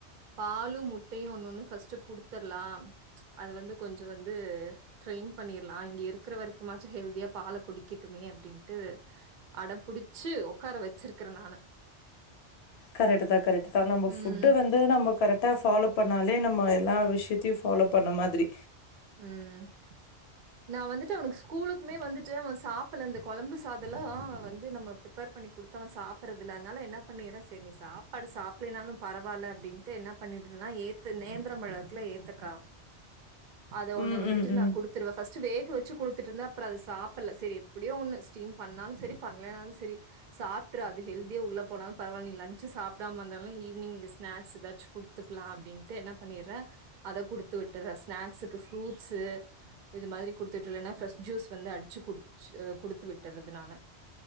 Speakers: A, on the right (about 55°); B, on the left (about 70°).
A: பாலும் முட்டையும் ஒன்ன ஒண்ணு ஃபர்ஸ்ட்டு குடுத்திரலாம் அது வந்து கொஞ்சம் வந்து ட்ரெயின் பண்ணிரலாம் இங்க இருக்கிற வரைக்கும்மாச்சும் ஹெல்தியா பாலை குடிக்கட்டுமே அப்படின்ட்டு அட புடிச்சு உடக்கார வச்சிருக்கறே நானு
B: கரெக்ட்டு தா கரெக்ட்டு தா தான் நம்ம
A: ம்,
B: ஃபுட்டுவந்து நம்ம கரெக்டு ட்டா ஃபாலோ பண்ணாலே நம்ம எல்லா விஷயத்தையும் ஃபாலோ பண்ண மாதிரி
A: உஹம் நான் வந்துட்டு அவனுக்கு ஸ்கூலுக்குமே வந்துட்டு அவன் சாப்டல இந்த கொழம்பு சாதம் எல்லாம் வந்து நம்ம பிரபர் பண்ணி கொடுத்து அவன் சாப்புடுறதுல்ல அதனால என்ன பண்ணறான் செரி நீ சாப்பாடு சாப்பிடலனாலும் பரவாயில்ல அப்படின்ட்டு என்ன பண்ணடுறேன்னா ஏத்து நேந்திர மழத்துல ஏத்துக்கா அத ஒன்னு
B: ம்,
A: வந்துட்டு
B: ம், ம்.
A: நான் கொடுத்துருவே ஃபஸ்ட் வேக வச்சு குடுத்து ட்டு இருந்தா அப்புறோ அது சாப்பிட செரி எப்படியோ ஒண்ணு ஸீம் பண்ணாலும் சரி பண்ணலலைனாலும் சரி சாப்பிடுற அது ஹெல்தியா உள்ள போனாலும் பரவாயல நீ லஞ்சு சாப்பிடாம இருந்தாலும் ஈவினிங் ஸ்நாக்ஸ் ஏதாச்சும் குடுத்துக்கலாம் அப்படின்ட்டு என்ன பண்ணடுற அதை குடுத்து வீட்டுறேன் ஸ்நாக்ஸ் இது ஃபிராய்ட்ஸ் இது மாதிரி கொடுத்து விட்டுலன்னா பிரெஷ் ஜூஸ் வந்து அடிச்சுடு குடிச்சி குடுத்து விட்டுறது நான